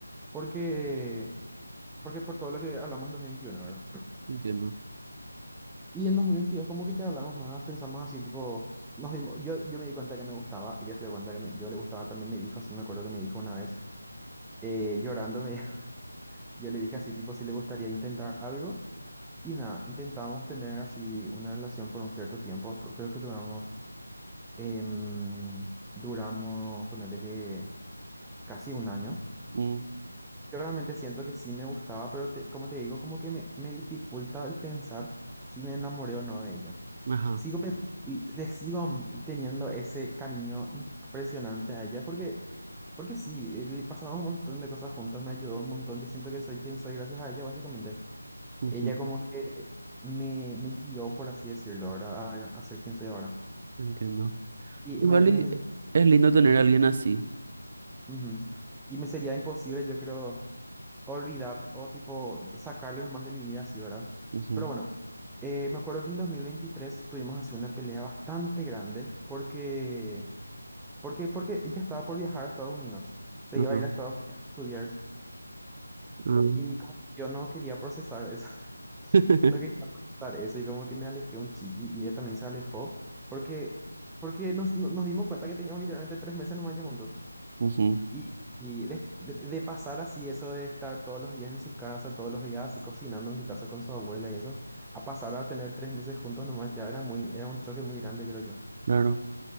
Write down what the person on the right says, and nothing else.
entiendo.
Mm,
ajá,
ujú,
entiendo.
Igual
y es lindo tener a alguien así.
Ujú,
ajá,
mm,
<laughs>
ujú,
claro,